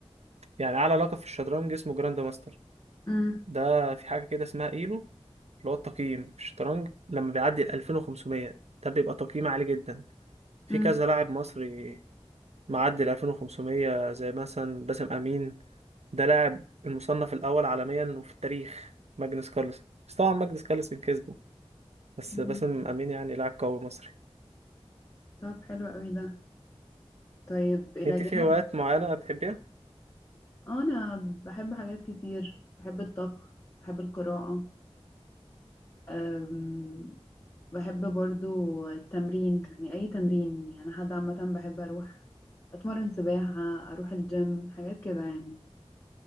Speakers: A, on the right; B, on the left.
A: يعني اعلى لقب في الشطرنج اسمه جراند ماستر
B: امم
A: ده في حاجة كده اسمها ايلو اللي هو التقييم في الشطرنج لما بيعدي ال 2500 ده بيبقى تقييم عالي جدا في
B: امم
A: كذا لاعب مصري معدي ال 2500 زي مثلا باسم امين ده لاعب المصنف الاول عالميا وفي التاريخ ماجنس كارلسن بس طبعا ماجنس كارلسن كسبه بس
B: امم
A: باسم امين يعني لاعب قوي مصري
B: طب حلو قوي ده طيب إلى
A: انت
B: جانب
A: في هوايات معينه بتحبيها
B: آه، أنا بحب حاجات كتير بحب الطبخ بحب القراءة أم... بحب برضو التمرين يعني أي تمرين يعني حد عامة بحب أروح أتمرن سباحة أروح الجيم حاجات كده يعني